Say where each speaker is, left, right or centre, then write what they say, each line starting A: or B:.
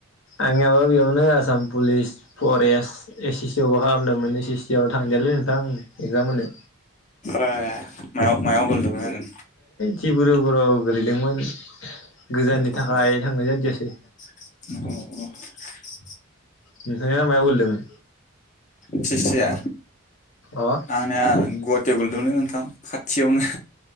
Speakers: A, on the left; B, on the left.
A: आंनिबो बेयावनो Assam police forest S A C आवबो खालामदोंमोन एस ए सि आव थांदियालै नोंथां एक्जाम होनो
B: ओ मायाव मायाव गोलैदोमोन आरो
A: डिब्रुगरुराव गोलैदोंमोन गोजाननि
B: आरो
A: थाखाय थांनाय जादियासै
B: <unintelligible>
A: नोंथांनिया मायाव‌ गोलैदोमोन
B: एस ए सिया
A: अ
B: आंनिया ग वाटियाव गोलैदोमोनलै नोंथां खाथियावनो